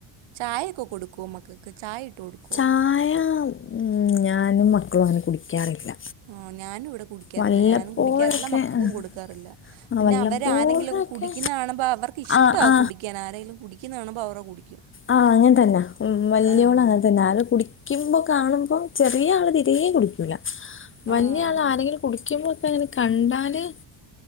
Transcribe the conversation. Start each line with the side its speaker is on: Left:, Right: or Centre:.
Right: ചായയൊക്കെ കൊടുക്കുവോ മക്കൾക്ക് ചായ ഇട്ട് കൊടുക്കുവോ
Left: ചായ ഉം ഞാനും മ ക്കളും അങ്ങനെ കുടിക്കാറില്ല.
Right: ആ ഞാനും ഇവിടെ കുടിക്കാറില്ല
Left: വല്ലപ്പോഴൊക്കെ
Right: ഞാനും കുടിക്കാറില്ല മക്കൾക്കും കൊടുക്കാറില്ല.
Left: ആ
Right: പിന്നെ
Left: വല്ലപ്പോഴൊക്കെ
Right: അവർ ആരെങ്കിലൊക്കെ കുടിക്കുന്ന കാണുമ്പ അവർക്ക് ഇഷ്ടവാ
Left: ആ ആ
Right: കുടിക്കാൻ ആരെങ്കിലും കുടിക്കുന്ന കാണുമ്പോൾ അവരു കുടിക്കും.
Left: ആഹ് അങ്ങൻ തന്നാ. ഉം ഉം വലിയോള്
Right: ആഹ്
Left: അങ്ങൻ തന്നാ ആരോ കുടിക്കുമ്പോ കാണുമ്പോ ചെറിയ ആള് തീരെ കുടിക്കൂല. വലിയ
Right: ആഹ്
Left: ആൾ ആരെങ്കിലും കുടിക്കുമ്പോക്കെ അങ്ങനെ കണ്ടാല്